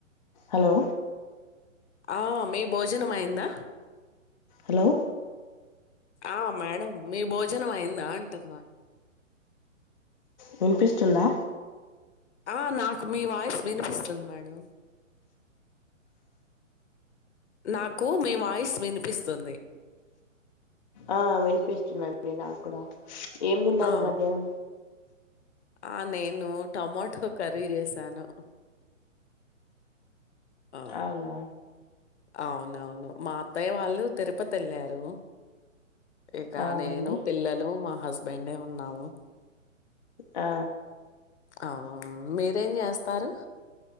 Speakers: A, on the left; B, on the left.
A: అలో
B: ఆ మీ భోజనం అయిందా
A: అలో
B: ఆ మేడం మీ భోజనం అయిందా అంటున్న
A: వినిపిస్తుందా
B: ఆ నాకు మీ వాయిస్ వినిపిస్తుంది మేడమ్ నాకు మీ వాయిస్ వినిపిస్తుంది.
A: ఆ వినిపిస్తుందండి నాక్కుడా ఏం తిన్నారు
B: ఆ
A: మధ్యాహ్నం
B: ఆ నేను టమాటో కర్రీ జెసాను. ఆ
A: అవునా
B: అవునవును మా అత్తయ్య వాళ్ళు తిరుపతెల్లారు ఇక
A: అవునండి
B: నేను పిల్లలు మా పైన్నే ఉన్నాము
A: ఆ
B: అవు మీరేం జేస్తారు